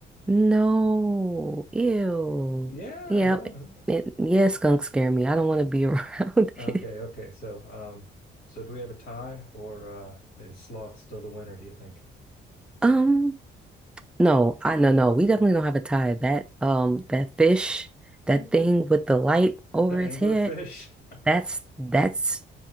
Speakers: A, in the centre; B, on the left.
A: No. Ew.
B: Yeah,
A: Yep.
B: well,
A: It, yeah, skunks scare me. I don't want to be <laughs> around
B: yeah.
A: it.
B: okay, okay. So, um, so do we have a tie or uh is sloth still the winner, do you think?
A: Um, no, I no no. We definitely don't have a tie. That um that fish, that
B: The
A: thing with the light over
B: anglerfish?
A: its head, that's that's